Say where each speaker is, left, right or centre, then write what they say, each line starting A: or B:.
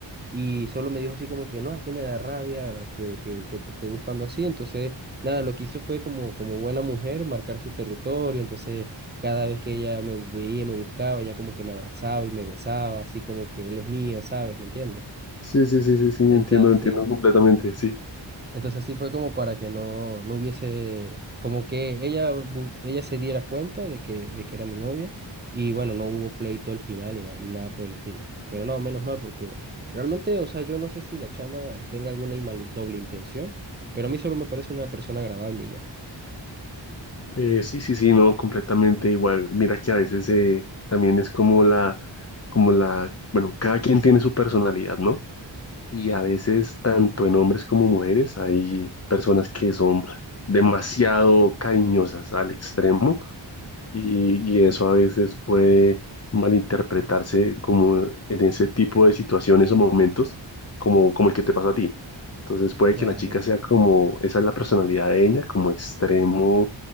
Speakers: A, on the right; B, on the left.
A: Y solo me dijo así como que no, es que me da rabia que, que, que te esté buscando así. Entonces, nada, lo que hizo fue como, como buena mujer marcar su territorio. Entonces, cada vez que ella me veía, me buscaba, ella como que me abrazaba y me besaba, así como que él es mío, ¿sabes? ¿Me entiendes?
B: Sí, sí, sí, sí, sí, entiendo,
A: Entonces,
B: entiendo completamente, sí.
A: entonces así fue como para que no, no hubiese, como que ella, bu- ella se diera cuenta de que, de que era mi novia y bueno, no hubo pleito al final ni, na- ni nada por el estilo. Pero no, menos mal porque realmente, o sea, yo no sé si la chama tenga alguna inmal- doble intención, pero a mí solo me parece una persona agradable y ya.
B: Eh, sí, sí, sí, no, completamente igual. Mira que a veces eh, también es como la, como la, bueno, cada quien tiene su personalidad, ¿no? Y a veces, tanto en hombres como mujeres, hay personas que son demasiado cariñosas al extremo y, y eso a veces puede malinterpretarse como en ese tipo de situaciones o momentos como, como el que te pasó a ti. Entonces puede
A: Claro.
B: que la chica sea como, esa es la personalidad de ella, como extremo,